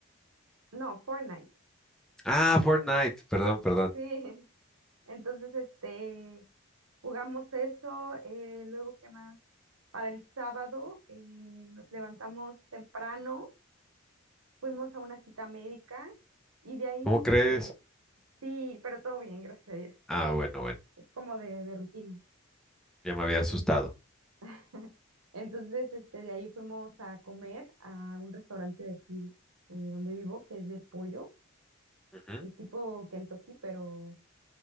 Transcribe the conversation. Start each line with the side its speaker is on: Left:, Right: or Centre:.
Right: no, Fortnite.
Centre: Ah, Fortnite. Perdón, perdón.
Right: Sí, entonces este jugamos eso, eh, luego qué más. Para el sábado eh, nos levantamos temprano, fuimos a una cita médica y de ahí
Centre: ¿Cómo crees?
Right: eh, sí, pero todo bien, gracias a Dios.
Centre: Ah, bueno, bueno.
Right: Es como de, de rutina.
Centre: Ya me había asustado.
Right: En- <laughs> Entonces este de ahí fuimos a comer a un restaurante de aquí eh, donde vivo que es de pollo,
Centre: Ujú.
Right: y tipo Kentucky, pero